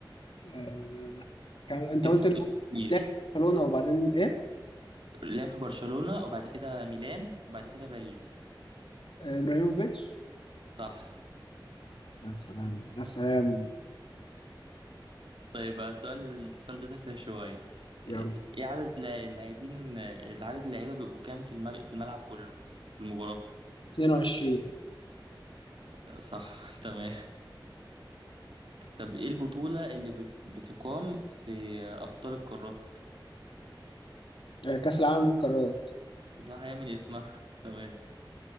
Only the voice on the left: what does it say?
آه... كان... أنت
قلت إن
هو
لعب في برشلونة وبعدين إيه
آه... إبراهيموفيتش
يا سلام يا سلام
يلا
22
آه... كأس العالم للقارات